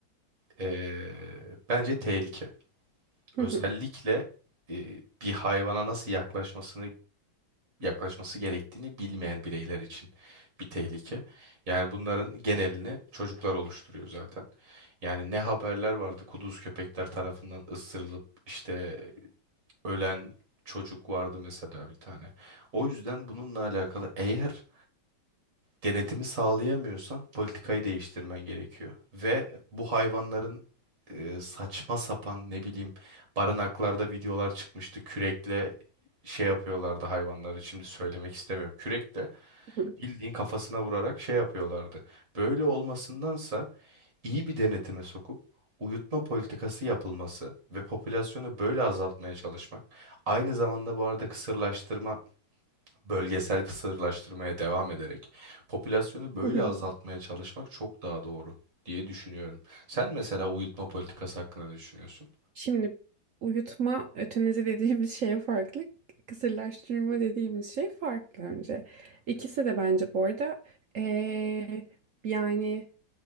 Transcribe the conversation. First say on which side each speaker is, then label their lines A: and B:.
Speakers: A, on the right; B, on the right.
A: ee, bence tehlike.
B: hı
A: Özellikle
B: hı, hı
A: ee, bir hayvana nasıl yaklaşmasını yaklaşması gerektiğini bilmeyen bireyler için bir tehlike. Yani bunların genelini çocuklar oluşturuyor zaten. Yani ne haberler vardı kuduz köpekler tarafından ısırılıp işte ölen çocuk vardı mesela bir tane. O yüzden bununla alakalı eğer denetimi sağlayamıyorsan politikayı değiştirmen gerekiyor. Ve bu hayvanların e, saçma sapan ne bileyim barınaklarda videolar çıkmıştı. Kürekle şey yapıyorlardı hayvanları. Şimdi söylemek istemiyorum. Kürekle
B: hı,
A: bildiğin kafasına vurarak şey yapıyorlardı. Böyle olmasındansa iyi bir denetime sokup uyutma politikası yapılması ve popülasyonu böyle azaltmaya çalışmak. Aynı zamanda bu arada kısırlaştırma bölgesel kısırlaştırmaya devam ederek popülasyonu böyle
B: hı hı, hı.
A: azaltmaya çalışmak çok daha doğru diye düşünüyorum. Sen mesela uyutma politikası hakkında ne düşünüyorsun?
B: Şimdi uyutma ötenizi dediğimiz şey farklı. Kısırlaştırma dediğimiz şey farklı önce. İkisi de bence bu arada eee, yani